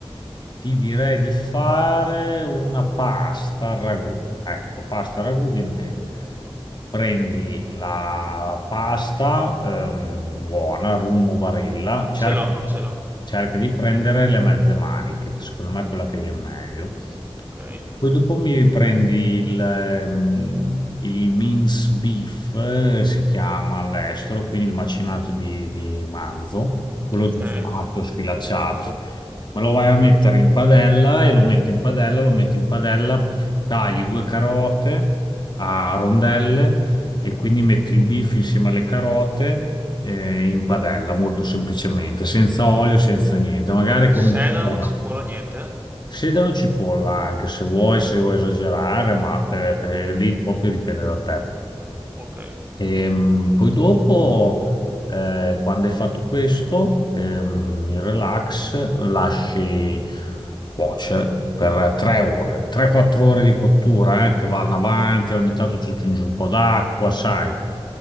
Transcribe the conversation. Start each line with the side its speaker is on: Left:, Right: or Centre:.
Left: Ti direi di fare una pasta al ragù. Ecco, pasta al ragù viene bene. Prendi la pasta ehm, buona, Rummo Barilla, cerca,
Right: Ce l'ho, ce l'ho.
Left: cerca di prendere le mezze maniche, che secondo me è quella che viene meglio.
Right: Ok,
Left: Poi dopo mi prendi il, ehm, il mince beef, eh, si chiama all'estero, quindi il macinato di, di manzo, quello
Right: ok.
Left: già fatto, sfilacciato ma lo vai a mettere in padella e lo metti in padella, lo metti in padella, tagli due carote a rondelle e quindi metti il beef insieme alle carote eh, in padella, molto semplicemente, senza olio, senza niente, magari con un
Right: Sedano,
Left: po' d'acqua.
Right: cipolla, niente.
Left: sedano cipolla anche se vuoi, se vuoi esagerare, ma eh, eh, lì proprio dipende da te.
Right: Ok.
Left: Ehm, poi dopo, eh, quando hai fatto questo, ehm, il relax lasci cuocere per 3 ore, 3-4 ore di cottura, eh, che vanno avanti, ogni tanto ci aggiungi un po' d'acqua, sai,